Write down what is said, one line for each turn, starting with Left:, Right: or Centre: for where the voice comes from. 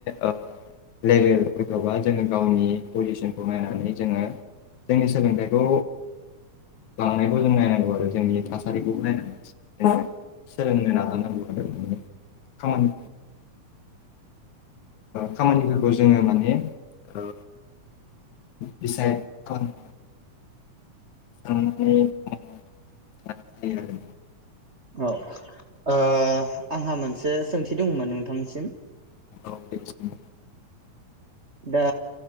Left: ओ लेभेल हयथ'बा जोंङो गावनि पजिसनखौ नायनानै जोंङो, जोंनि सोलोंथाइखौ लांनायखौ जों नायनांगौ आरो। जोंनि थास बेखौबो नायनांगौ। सोलोंनो नाजानांगौ। खामानि खामानिफोरखौ जोंङो माने ओ दिसाइद खालाम नानै लानाय जायो आरो
Right: औ ओ ओ आंहा मोनसे सोंथि दङमोन नोंथांनिसिम?
Left: औ दे सों।
Right: दा